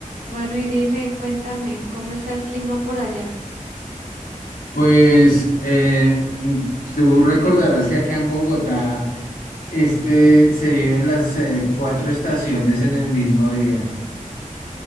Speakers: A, on the right; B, on the left.
A: Bueno, y dime, cuéntame, ¿cómo está el clima por allá?
B: Pues eh, tú recordarás que acá en Bogotá este, se viven las eh, cuatro estaciones en el mismo día.